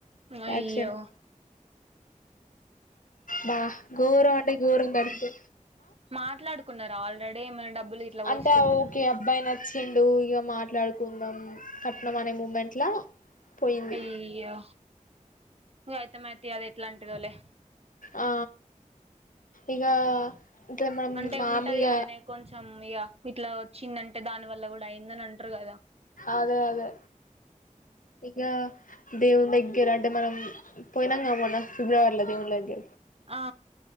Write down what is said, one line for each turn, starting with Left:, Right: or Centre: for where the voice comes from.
Right: అయ్యో
Left: యాక్సిడెంట్ బ్బ ఘోరమంటే ఘోరం పడీద్దె
Right: మాట్లాడుకున్నరా ఆల్రెడీ ఏమన్న డబ్బులు గిట్లా పోసుకున్నరా
Left: అంటే ఓకే అబ్బాయి నచ్చిండు ఇగ మాట్లాడుకుందాం కట్నం అనే మూమెంట్లా పోయింది
Right: అయ్యో ఇగ అయితే మాయేతీ అదేట్లాన్టిదోలే
Left: ఆ ఇగా గ మం
Right: అంటే
Left: మాముూలుగా
Right: ఉంటది కదనే కొంచెం ఇగా ఇట్లా వచ్చిందంటే దాని వల్ల గూడా అయిందని అంటరు గదా
Left: అదే అదే ఇగా దేవుని దగ్గర అంటే మనం పోయినంగా మొన్న ఫిబ్రవరిల దేవుల్లగ్
Right: ఆ